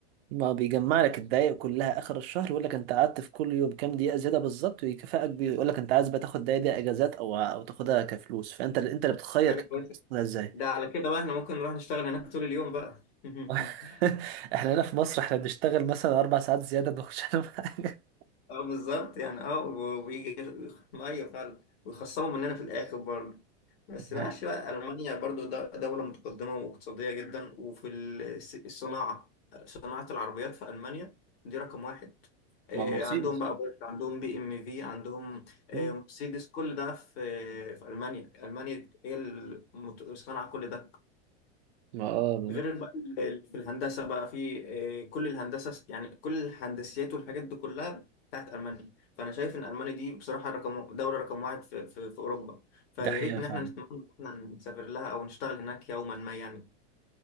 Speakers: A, on the right; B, on the left.
A: ما بيجمع لك الدقايق كلها اخر الشهر يقول لك انت قعدت في كل يوم كام دقيقه زياده بالظبط ويكافئك بيه يقول لك انت عايز بقى تاخد الدقايق دي اجازات او او تاخدها كفلوس فانت اللي- انت اللي بتخير
B: حاجة
A: كمان
B: كويسة
A: تاخدها ازاي
B: ده على كده بقى إحنا ممكن نروح نشتغل هناك طول اليوم بقى <laughs>
A: <laughs> احنا هنا في مصر احنا بنشتغل مثلا اربع ساعات زياده ما بناخدش عنهم حاجه
B: أه بالظبط يعني أه و- ويجي أيوه فعلا ويخصموا مننا في الآخر برضه بس
A: <laughs>
B: بقى عشان بقى ألمانيا برضو دو- دولة متقدمة واقتصادية جدا وفي الس- الصناعة صناعة العربيات في ألمانيا دي رقم واحد إيه،
A: مع مرسيدس
B: عندهم بقى بورش عندهم بي ام في عندهم إيه،
A: مم.
B: مرسيدس كل ده في في ألمانيا ألمانيا هي اللي مت- صنع كل ده
A: ما اه
B: غير بقى ال- ال- في الهندسة بقى في آه، كل الهندسة يعني كل الهندسيات والحاجات دي كلها بتاعت ألمانيا فأنا شايف إن ألمانيا دي بصراحة رقم دولة رقم واحد في, في, في أوروبا فيا
A: ده حقيقة
B: ريت إن
A: فعلا
B: إحنا نتمنى إن إحنا نسافر لها أو نشتغل هناك يوما ما يعني